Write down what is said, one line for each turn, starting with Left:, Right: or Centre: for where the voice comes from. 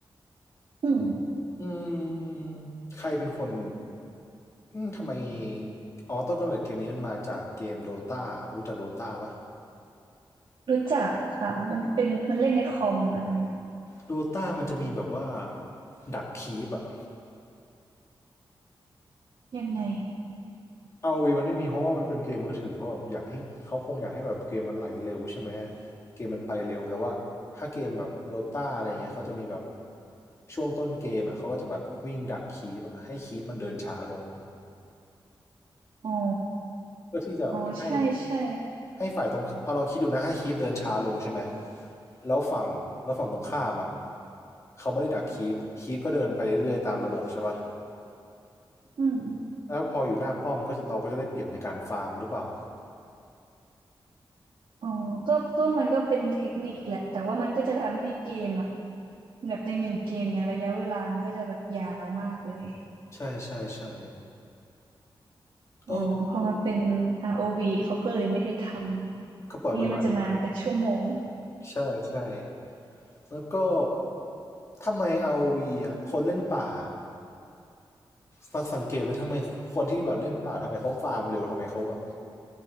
Right: อืม
Left: อืมใครเป็นคนอืมทำไมอ๋อต้นกำเนิดเกมนี้มันมาจากเกมโดตารู้จักโดตาปะ
Right: รู้จักค่ะมันเป็นมันเล่นในคอมอันนั้นอะ
Left: โดตามันจะมีแบบว่าดักคีปอะ
Right: ยังไง
Left: เอาวีมันไม่มีเพราะว่ามันเป็นเกมมือถือเพราะแบบอยากให้เขาคงอยากให้แบบเกมมันไหลเร็วใช่ไหมเกมมันไปเร็วแต่ว่าถ้าเกมแบบโดตาอะไรเงี้ยเขาจะมีแบบช่วงต้นเกมอ่ะเขาก็จะแบบวิ่งดักคีบให้คีบมันเดินช้าลง
Right: อ๋อ
Left: เพื่อที่จะให้
Right: อ๋อใช่ใช่
Left: ให้ฝ่ายตรงเอาลองคิดดูนะให้คีบเดินช้าลงใช่ไหมแล้วฝั่งแล้วฝั่งตรงข้ามอ่ะเขาไม่ได้ดักคีบคีบก็เดินไปเรื่อยๆตามระบบใช่ปะ
Right: อืม
Left: แล้วพออยู่หน้าป้อมก็เราก็จะได้เปรียบในการฟาร์มหรือเปล่า
Right: อ๋อก็ก็มันก็เป็นเทคนิคแหละแต่ว่ามันก็จะทำให้เกมอ่ะแบบในหนึ่งเกมเนี้ยระยะเวลามันก็จะแบบยาวมากเลย
Left: ใช่ใช่ใช่เออ
Right: อ๋อพอมาเป็น ROV เขาก็เลยไม่ให้ทำไม่งั้นมันจะนานเป็นชั่วโมง
Left: ก็ปล่อยมันไหลไปใช่ใช่แล้วก็ ทำไม ROV อวีอ่ะคนเล่นป่าสังสังเกตไหมทำไมคนที่แบบเล่นป่าทำไมเขาฟาร์มเร็วทำไมเขาแบบ